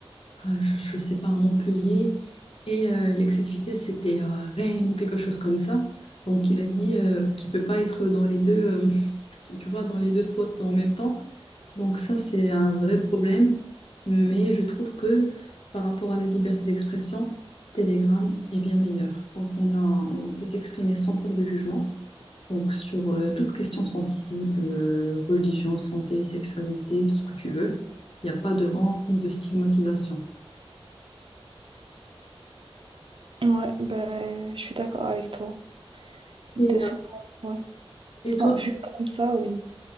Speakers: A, on the left; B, on the right.
A: euh, je ne sais pas, à Montpellier. Et euh, l'excès de vitesse, c'était à Rennes ou quelque chose comme ça. Donc, il a dit euh, qu'il ne peut pas être dans les deux, euh, <laughs> tu, tu vois, dans les deux spots en même temps. Donc, ça, c'est un vrai problème. Mais je trouve que par rapport à la liberté d'expression, Telegram est bien meilleur. Donc, on a, on peut s'exprimer sans peur de jugement. Donc, sur euh, toute question sensible, euh, religion, santé, sexualité, tout ce que tu veux, il n'y a pas de honte ni de stigmatisation.
B: Ouais, bah, je suis d'accord avec toi. De
A: Et
B: ce point, ouais.
A: Et
B: Enfin,
A: toi,
B: vu comme ça, oui.